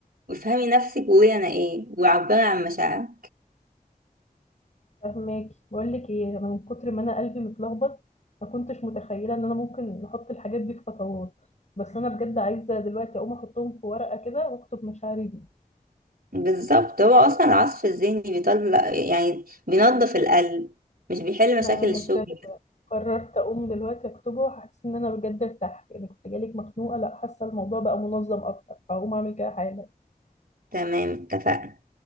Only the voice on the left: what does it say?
فاهماكي بقول لك إيه أنا من كتر ما أنا قلبي متلخبط ما كنتش متخيلة إن أنا ممكن أحط الحاجات دي في خطوات بس أنا بجد عايزة دلوقتي أقوم أحطهم في ورقة كده وأكتب مشاعري دي
لا
أنا
بجد قررت أقوم دلوقتي أكتبه وحاسة إن أنا بجد ارتحت يعني كنت جالك مخنوقة لا حاسة الموضوع بقى منظم أكتر فهقوم أعمل كده حالا